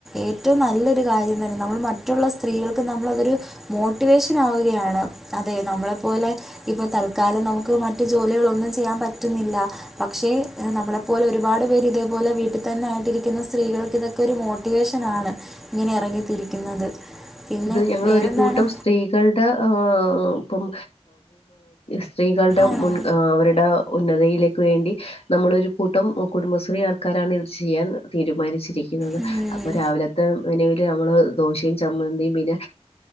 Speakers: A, in the centre; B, on the left.
A: ഏറ്റവും നല്ലൊരു കാര്യം നമ്മൾ മറ്റുള്ള സ്ത്രീകൾക്ക് നമ്മളതൊരു മോട്ടിവേഷൻ ആവുകയാണ് അതെ നമ്മളെപ്പോലെ ഇപ്പോ തൽക്കാലം നമുക്ക് മറ്റു ജോലികളൊന്നും ചെയ്യാൻ പറ്റുന്നില്ല പക്ഷേ നമ്മളെപ്പോലെ ഒരുപാട് പേര് ഇതേപോലെ വീട്ടിൽ തന്നെ ആയിട്ടിരിക്കുന്ന സ്ത്രീകൾക്ക് ഇതൊക്കെ ഒരു മോട്ടിവേഷൻ ആണ് ഇങ്ങനെ ഇറങ്ങിത്തിരിക്കുന്നത് പിന്നെ
B: ഇത് ഞങ്ങളൊരു
A: വേറെന്താണ്
B: കൂട്ടം സ്ത്രീകളുടെ ഇപ്പം സ്ത്രീകളുടെ
A: ആണോ
B: മുൻ അവരുടെ ഉന്നതിയിലേക്ക് വേണ്ടി നമ്മളൊരു കൂട്ടം കുടുംബശ്രീ ആൾക്കാരാണ് ഇത് ചെയ്യാൻ തീരുമാനിച്ചതേ കിണറ്
A: ഉം
B: അപ്പൊ രാവിലത്തെ നിനവില് നമ്മള് ദോശയും ചമ്മ പിന്നെ